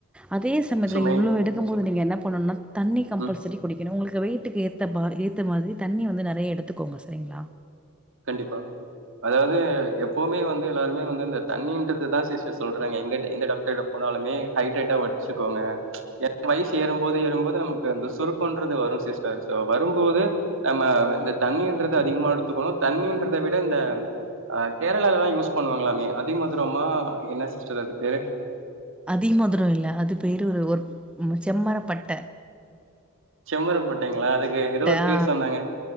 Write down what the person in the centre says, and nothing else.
அதே ச த்தமொதல
இள்ளோ எடுக்கும்போது நீங்க என்ன பண்ணணுனா தண்ணி கம்பல்சரி
குடிக்கணு உங்களுக்கு வெயிட்டுக்கு ஏத்த பா ஏத்த மாதிரி தண்ணி வந்து நெறைய எடுத்துக்கோங்க சரிங்களா
அதிமதுரம் இல்ல அது பேரு ஒரு செம்மர பட்ட
ஆ